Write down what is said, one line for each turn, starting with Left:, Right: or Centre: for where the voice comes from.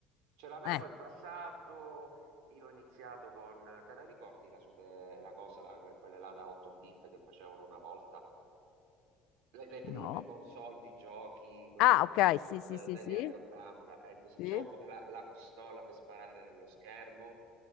Right: ce l'avevo
Left: Eh,
Right: in passato. Io ho iniziato con, te la ricordi la, super- la cosa, la- que- quelle là da 8 bit che facevano una volta? Le, le prime
Left: no.
Right: console di giochi, quelle
Left: Ah,
Right: che facevano
Left: ok, sì, sì, sì,
Right: negli
Left: sì,
Right: anni 80. Ecco, sì,
Left: sì.
Right: c'avevo pure la, la pistola per sparare nello schermo.